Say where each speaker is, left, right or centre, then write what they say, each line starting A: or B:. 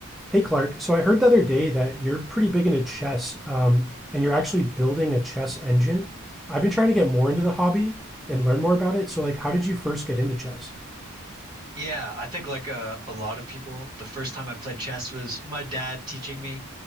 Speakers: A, in the centre; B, on the right.
A: Hey Clark, so I heard the other day that you're pretty big into chess, um, and you're actually building a chess engine. I've been trying to get more into the hobby and learn more about it. So, like, how did you first get into chess?
B: Yeah, I think like uh, a lot of people, the first time I played chess was my dad teaching me.